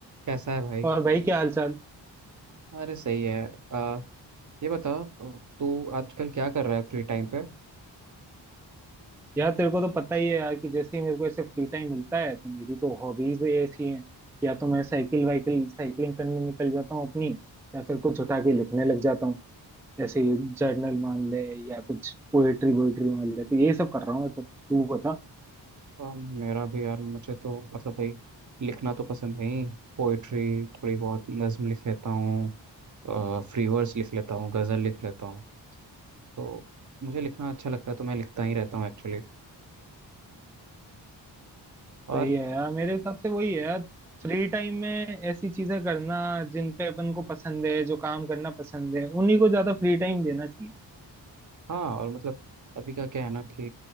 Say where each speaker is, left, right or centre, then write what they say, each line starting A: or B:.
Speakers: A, on the right; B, in the centre.
A: कैसा है भाई
B: और भाई क्या हाल चाल
A: अरे सही है आ, ये बताओ तू आजकल क्या कर रहा है फ्री टाइम पे
B: यार तेरे को तो पता ही है यार कि जैसे ही मेरे को ऐसे फ्री टाइम मिलता है तो मेरी तो हॉबीज ऐसी हैं या तो मैं साइकिल वाइकिल साइकिलिंग करने निकल जाता हूँ अपनी या फिर कुछ उठा के लिखने लग जाता हूँ ऐसे जर्नल मान ले या कुछ पोएट्री वोएट्री मान ले तो ये सब कर रहा हूँ मैं तो तू बता
A: आ, मेरा भी यार मुझे तो मतलब भाई लिखना तो पसंद नहीं पोइट्री थोड़ी बहुत नज्म लिख लेता हूँ फ्री वर्स लिख लेता हूँ गज़ल लिख लेता हूँ तो मुझे लिखना अच्छा लगता है तो मैं लिखता ही रहता हूँ एक्चुअली और
B: सही है यार मेरे हिसाब से वही है यार फ्री टाइम में ऐसी चीजें करना जिन पे अपन को पसंद है जो काम करना पसंद है उन्हीं को ज्यादा फ्री टाइम देना चाहिए
A: हाँ और मतलब अभी का क्या है ना कि